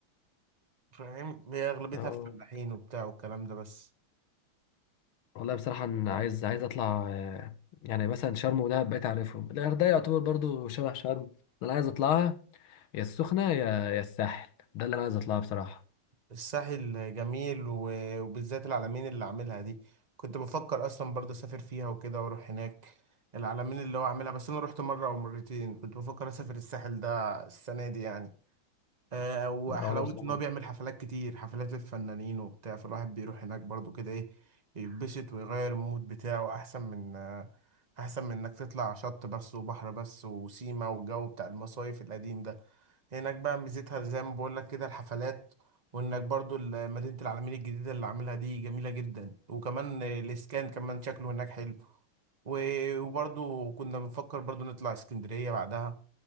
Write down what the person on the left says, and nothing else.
اه
والله بصراحة أنا عايز عايز أطلع آه، يعني مثلا شرم ودهب بقيت أعرفهم الغردقة يعتبر برضو شبه شرم أنا عايز أطلعها يا السخنة يا يا الساحل ده اللي أنا عايز أطلعها بصراحة
أو أنا بصراحة